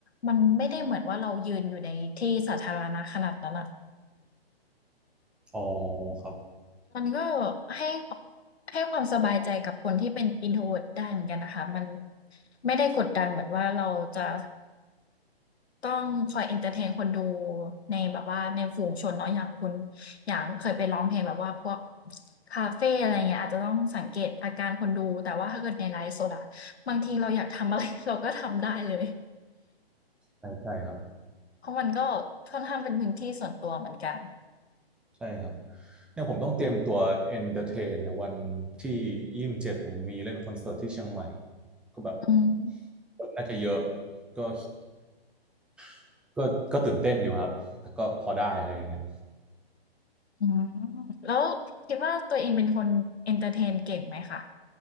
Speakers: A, on the left; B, in the centre.
A: มันไม่ได้เหมือนว่าเรายืนอยู่ในที่สาธารณะขนาดนั้นอะ
B: อ๋อครับ
A: มันก็ให้ความให้ความสบายใจกับคนที่เป็น introvert ได้เหมือนกันนะคะมันไม่ได้กดดันเหมือนว่าเราจะต้องคอย entertain คนดูในแบบว่าในฝูงชนเนาะอย่างคุณอย่างเคยไปร้องเพลงแบบว่าพวกคาเฟ่อะไรเงี้ยอาจจะต้องสังเกตอาการคนดูแต่ว่าถ้าเกิดในไลฟ์สดอะบางทีเราอยากทำอะไร <laughs> เราก็ทำได้เลย
B: ใช่ใช่ครับ
A: เพราะมันก็ค่อนข้างเป็นพื้นที่ส่วนตัวเหมือนกัน
B: ใช่ครับเนี่ยผมต้องเตรียมตัวเอนเตอร์เทนเนี่ยวันที่ยี่สิบเจ็ดผมมีเล่นคอนเสิร์ตที่เชียงใหม่ก็แบบ
A: อืม
B: คนน่าจะเยอะก็ <laughs> ก็ก็ตื่นเต้นอยู่ครับแต่ก็พอได้อะไรอย่างเงี้ย
A: อืมแล้วคิดว่าตัวเองเป็นคนเอนเตอร์เทนเก่งไหมคะ